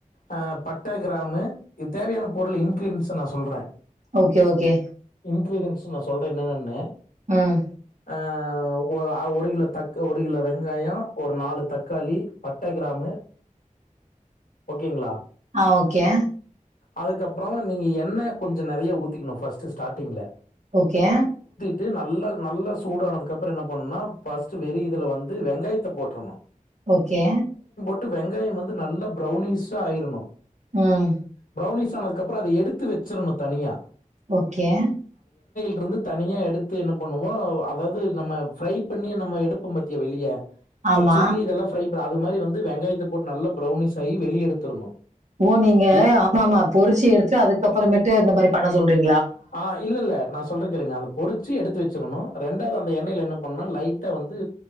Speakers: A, on the left; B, on the right.
A: அ பட்ட கிராமு இது தேவையான பொருள் இன்கிரீன்ஸ் நா சொல்றே.
B: Okay okay.
A: இன்கிரிடியன்ஸ் நா சொல்றே என்னன்னு.
B: உம்
A: ஆ ஒ அ ஒரு கிலோ தக் ஒரு கிலோ வெங்காயோ ஒரு நாலு தக்காளி பட்ட கிராமு. ஓகேங்ளா?
B: ஆஹ் ஓகே.
A: அதுக்கப்புற நீங்க எண்ணெ கொஞ்சோ நெறைய ஊத்திக்கணு ஃபஸ்ட் ஸ்டார்டிங்ல.
B: ஓகே.
A: தீ நல்லாக் நல்லா சூடானதுக்கப்ற என்ன பண்னா ஃபஸ்ட்டு வெறு இதுல வந்து வெங்காயத்த போட்ரணு
B: ஓகே
A: டு வெங்காயம் வந்து நல்லாப் ப்ரௌனீஷா ஆயிரனு
B: உம்
A: ப்ரௌனிஷ் ஆனதுக்கப்ற அத எடுத்து வெச்சிரணு தனியா
B: ஓகே
A: டுருந்து தனியா எடுத்து என்ன பண்ணுவோம் அதாவது நம்ம ஃரை பண்ணி நம்ம எடுப்போ பாத்தியா வெளிய இப்பச்
B: ஆமா.
A: சில்லி இதெல்லா ஃப்ரைப் ப்ற அது மாரி வந்து வெங்காயத்த போட்டு நல்லா ப்ரௌனிஷ் கை வெளிய எடுத்துரணு
B: ஓ நீங்க
A: ஏ
B: ஆமா ஆமா பொரிச்சு எடுத்து அதுக்கப்பறமேட்டு இந்த மாரி பண்ண சொல்றீங்
A: ஆ இல்ல இல்ல நான் சொல்ற கேளுங்க அந்த பொறிச்சு எடுத்து வச் ச்சுரனு ரெண்டாவ்து அந்த எண்ணெய்ல என்ன பண்னா லைட்டா வந்து